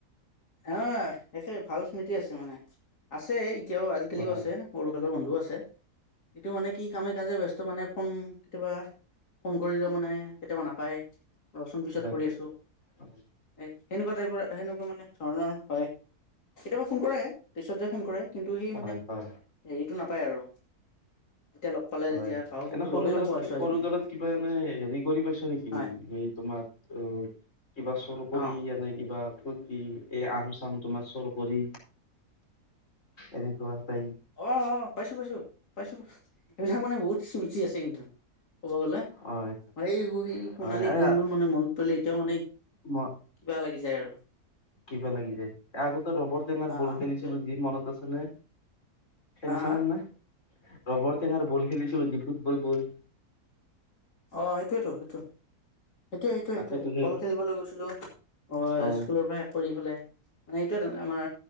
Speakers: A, on the left; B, on the left.
A: অ একে ভাল স্মৃতি আছে মানে আছে এতিয়াও আজিকালিও
B: হয়
A: আছে সৰু কালৰ বন্ধ ৰ আছে এইটো মানে কি কামে কাজে ব্স্ত মানে ফোন কেতিয়াবা ফোন কৰিলেও মানে কেতিয়াবা নাপায় ৰচোন পিছত
B: হয়
A: কৰি আছো
B: হয়
A: এ সেনেকুৱা টাইপৰ সেনেকুৱা মানে ধৰণৰ হয় কেতিয়াবা ফোন কৰেে পিছত যে ফোন কৰে কিন্তু সেই মানে
B: হয় হয়।
A: হেৰিতটো নাপ পাই আৰু তেতিয়া লগ পালে
B: হয়
A: যেতিয়া পাওঁ কিন্তু
B: এনে সৰু
A: লগে
B: কালত
A: নোপোৱা হৈছো
B: সৰু
A: আজিকালি
B: কালত কিবা এনে হেৰি কৰি পাইছ নেকি
A: হয়
B: এই তোমাৰ অ কিবা চুৰ কৰি
A: অ
B: আনে কিবা কি এই আম চাম তোমাৰ চুৰ কৰি এনেকুৱা টাইপ
A: অহ অহ পাইছো পাইছো পাইছো পাইছো এইবিলাক মানে বহুত চুজি আছে কিন্তু ক'ব গ'লে
B: হয়
A: এই সেই সোণালী
B: হয় এ
A: দিনবোৰ মানে মন পৰিলে এতিয়াও মানে
B: ম
A: কিবা লাগি যায় আৰু
B: কিবা লাগি যায়, আগতে ৰবৰ টৈঙাৰ
A: অ
B: বল খেলিছিলো
A: সেইটোৱে
B: যি মনত আছে কোনে খেলিছিলো
A: হা হা
B: নাহ ৰবৰ টেঙাৰ বল খেলিছিলো যে ফুটবল বল
A: অহ এইটোৱেটো সেইটোৱে সেইটোৱে
B: তাকেতো
A: সেইটোৱে
B: সেই
A: বল খেলিবলৈ গৈছিলো, অহ
B: হয়
A: স্কুলৰ পৰা কৰি ফেলাই মানে এইটোৱে আমাৰ